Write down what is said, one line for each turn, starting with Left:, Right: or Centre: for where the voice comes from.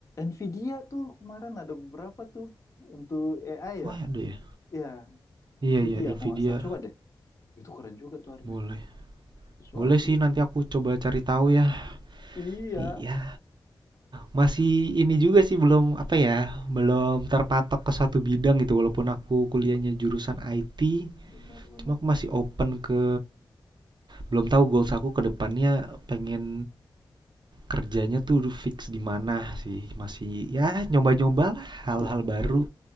Left: Nvidia tuh kemarin ada beberapa tuh untuk AI
Right: Wah
Left: ya ya
Right: ada ya?
Left: Iya,
Right: Iya
Left: Nvidia
Right: iya
Left: kalau
Right: Nvidia
Left: nggak salah coba deh itu keren juga tuh Arfi
Right: boleh.
Left: sesuatu
Right: Boleh sih nanti aku coba cari tahu ya.
Left: iya
Right: Tapi ya masih ini juga sih belum apa ya, belum terpatok ke satu bidang gitu walaupun aku kuliahnya
Left: bener
Right: jurusan IT,
Left: bener bener
Right: cuma aku masih open ke belum tahu goals aku ke depannya pengen kerjanya tuh fix di mana sih. Masih ya nyoba-nyoba lah hal-hal
Left: iya betul
Right: baru.